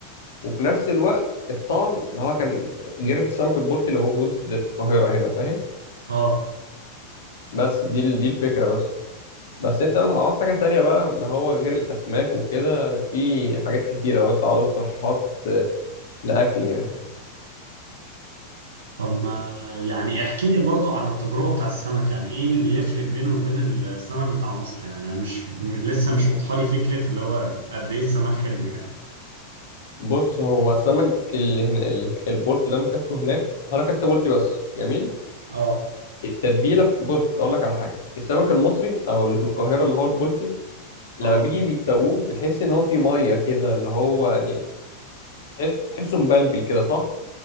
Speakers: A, on the left (about 60°); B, on the right (about 65°).
A: وفي نفس الوقت الطعم اللي هو كان غير السمك البلطي اللي موجود في القاهره هنا فاهم
B: اه
A: بس دي ال- دي الفكره بس بس انت مثلا عاوز حاجة تانية بقى اللي هو غير الأسماك وكده في حاجات كتيرة لو انت عاوز ترشيحات لأكل يعني
B: طب ما يعني احكي لي برضو على التجربة بتاع السمك يعني ايه اللي يفرق بينه وبين السمك بتاع مصر يعني أنا مش م- لسه مش واضحة لي فكرة اللي هو قد ايه السمك حلو يعني
A: بص هو سمك اللي هنا اللي ك- البولت اللي أنا أكلته هناك أنا أكلت بولتي بس جميل
B: اه
A: التتبيلة بت- بص أقول لك على حاجة السمك المصري أو اللي في القاهرة اللي هو البولتي لما
B: اه
A: بيجي بيسووه بتحس إن هو فيه مية كده اللي هو يعني تحس تحسه مبلبل كده صح